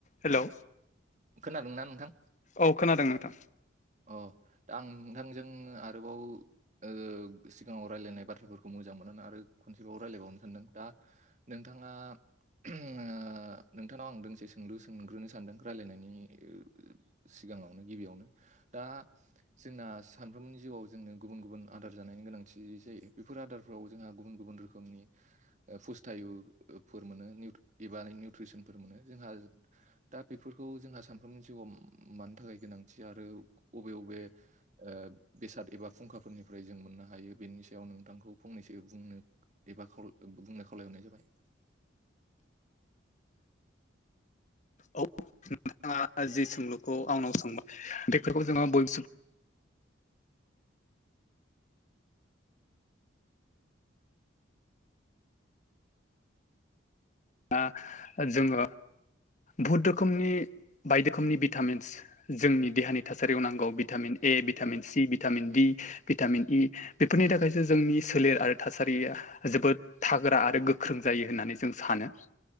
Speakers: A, on the left; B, on the right.
A: Hello.
B: खोनादोंना नोंथां?
A: औ खोनादों नोंथां।
B: अ दा आं नोंथांजों आरोबाव। ओ सिगाङाव रायलायनाय बाथ्राफोरखौ मोजां मोननानै आरो खनसेबाव रायज्लायबावनो सानदों दा। नोंथाङा ओ नोंथांनाव आं दोंसे सोंलु सोंग्रोनो सानदों रायलायनायनि ओ सिगाङावनो गिबियावनो दा जोंना सानफ्रोमबोनि जिउआव जोंनो गुबुन गुबुन आदार जानायनि गोनांथि जायो बेफोर आदारफोराव जोंहा गुबुन गुबुन रोखोम रोखोमनि ओ फुस्थायुफोर मोनो एबा निउट्रिसनफोर मोनो जोंहा दा बेफोरखौ जोंहा सानफ्रोमबोनि जिउआव मानि थाखाय गोनांथि आरो अबे अबे ओ बेसाद एबा फुंखाफोरनिफ्राय जों मोननो हायो बेनि सायाव नोंथांखौ फंनैसो बुंनो एबा खावला बुंनो खावलायहरनाय जाबाय
A: औ नोंथाङा जि सोंलुखौ आंनाव सोंबाय बेफोरखौ जोङो <unintelligible> आ ओ जोङो बहुत रोखोमनि बायदि रोखोमनि भिटामिन्स जोंनि देहानि थासारियाव नांगौ vitamin A vitamin C vitamin D vitamin E बेफोरनि थाखायसो जोंनि सोलेर आरो थासारिया जोबोद थाग्रा आरो गोख्रों जायो होननानै जों सानो